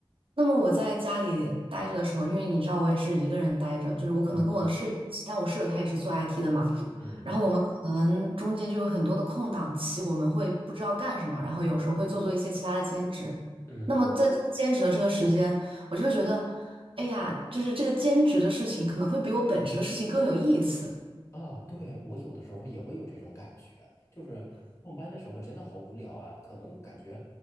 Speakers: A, on the right (about 65°); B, on the left (about 30°).
A: 那么我在家里待着的时候，因为你知道我也是一个人待着，就是我可能跟我的室友一起，
B: 嗯
A: 但我室友他也是做 IT 的嘛，
B: 嗯
A: 然后我们可能中间就有很多的空档期，我们会不知道干什么，然后有时候会做做一些其他的兼职。
B: 嗯。
A: 那么在做兼职的这个时间，我就会觉得，哎呀，就是这个兼职的事情可能会比我本职的事情更有意思。
B: 啊，对，我有的时候也会有这种感觉，就是上班的时候真的好无聊啊，可能感觉，